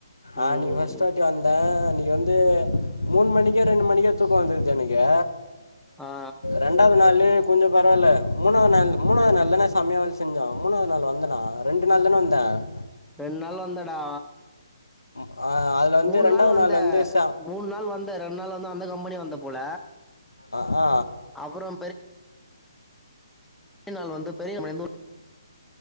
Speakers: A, on the left (about 80°); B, in the centre.
A: ஆஹ்
B: ம்
A: நீ ஃபர்ஸ்ட் வாட்டி வந்த நீ நீ வந்து மூணு மணிக்க ரெண்டு மணிக்க தூக்கம் வந்துருது எனக்கு
B: ஆ
A: ரெண்டாவது நாளு கொஞ்சம் பரவால்ல மூணா நாள் மூணாது நாள் தான செமையா வேல செஞ்சோ மூணாவது நாள் வந்தனா ரெண்டு நாள் தான வந் த
B: ரெண்டு நாள் வந்தடா
A: ஆ அதுல வந்து
B: மூணு
A: ரெண்டாவது
B: நாள் வந்த
A: வந்து ச
B: மூணு நாள் வந்த ரெண்டு நாள் வந்து அந்த கம் பெனி வந்த போல
A: அ ஆ
B: அப்புறோ அதேநாள் வந்து பெரிய கம்பெனிலந்து